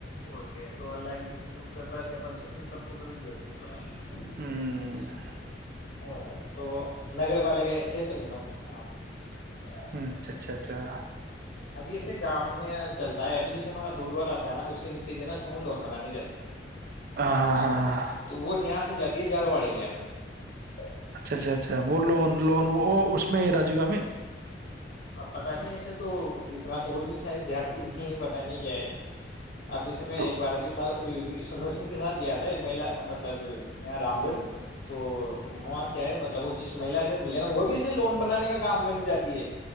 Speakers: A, on the left; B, on the right.
A: اور تو اللہ کی کرپا سے ان سب کو کبھی جو ب پ <unintelligible>
B: ہوں <inaudible>
A: وہ تو نگر پالکا <unintelligible> چھیتر میں ہو میں آپ <unintelligible>
B: اچھا اچھا اچھا
A: ابھی ایسے گامؤ میں چلتا ہے ابھی جیسے ہمارا دودھ والا آتا ہے نا تو اس کی م ہے نا سمو لون بنانی جاتی ہے
B: ہاں ہاں
A: تو وہ یہاں سے جاتا <unintelligible> یہ جالوڑی ایریا میں <unintelligible>
B: اچھا اچھا اچھا وہ لون لون وہ اس میں ہے راجیو گامی
A: اب پتا نہیں ایسے تو اتنا تو وہ بھی نہیں شاید جڑتی نہیں ہے پتا نہیں کیا ہے اب جیسے میں
B: تو
A: ایک بار ابھی سال سنو سنھ کے ساتھ گیا تھا ایک مہی مطلب یہ رام گڑھ تو وہاں کیا ہے مطلب وہ جس مہیلا سے ملے نا وہ بھی ایسے لون بنانے کا کام کرنے جاتی ہے